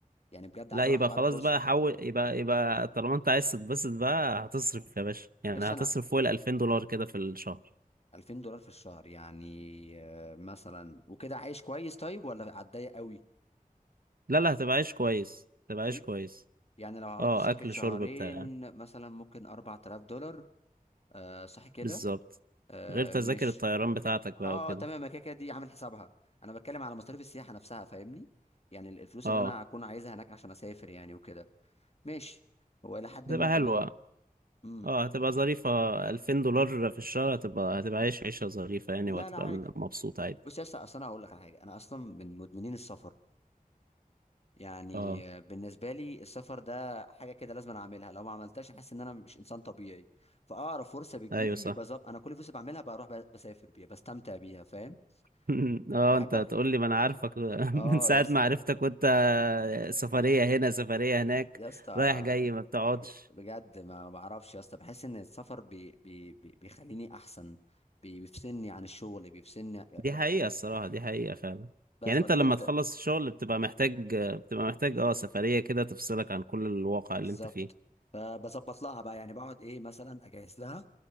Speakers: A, on the left; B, on the right.
A: يعني بجد
B: لا
A: عايز
B: يبقى
A: اروح في
B: خلاص
A: اقرب فرصه
B: بقى حول يبقى يبقى طالما انت عايز تتبسط بقى هتصرف يا باشا يعني
A: يا اسطى
B: هتصرف
A: انا
B: فوق ال 2000 دولار كده في الشهر
A: 2000 دولار في الشهر يعني آه، مثلا وكده عايش كويس طيب ولا هتضايق قوي
B: لا لا هتبقى عايش كويس هتبقى عايش
A: اكيد
B: كويس
A: يعني لو هقعد
B: اه
A: لي سكه
B: اكل
A: شهرين
B: شرب بتاع
A: مثلا ممكن 4000 دولار آه صح كده
B: بالظبط
A: آه
B: غير تذاكر
A: مش
B: الطيران بتاعتك
A: اه
B: بقى وكده
A: تمام ما كده كده دي عامل حسابها انا بتكلم على مصاريف السياحه نفسها فاهمني يعني ال- الفلوس
B: اه
A: اللي انا هكون عايزها هناك عشان اسافر يعني وكده ماشي هو الى حد
B: تبقى
A: ما تمام
B: حلوة
A: امم
B: اه هتبقى ظريفة 2000 دولار في الشهر هتبقى هتبقى عايش عيشة ظريفة يعني
A: لا
B: وهتبقى
A: لا عادي
B: م- مبسوط عادي
A: بص يا اسطى اصل انا هقول لك على حاجه انا اصلا من مدمنين السفر يعني
B: اه
A: آه، بالنسبه لي السفر ده حاجه كده لازم أنا اعملها لو ما عملتهاش احس ان انا مش انسان طبيعي فاقرب فرصه بتجيلي
B: ايوه صح
A: بظبط انا كل فرصه بعملها بروح ب- بسافر بيها بستمتع بيها فاهم
B: <laughs> اه
A: بحبك
B: انت هتقول لي ما انا عارفك <laughs>
A: اه
B: من ساعة
A: يا اسطى
B: ما عرفتك وانت سفرية هنا سفرية هناك
A: يا اسطى
B: رايح جاي ما بتقعدش
A: ب- بجد ما ما بعرفش يا اسطى بحس ان السفر بي بي بي بيخليني احسن بي بيفصلني عن الشغل بيفصلني ب-
B: دي حقيقة الصراحة دي حقيقة فعلا
A: بس
B: يعني
A: واكيد
B: انت لما
A: انت
B: تخلص الشغل بتبقى محتاج بتبقى محتاج اه سفرية كده تفصلك عن كل الواقع اللي
A: بالظبط
B: انت فيه
A: فبظبط لها بقى يعني بقعد ايه مثلا اجهز لها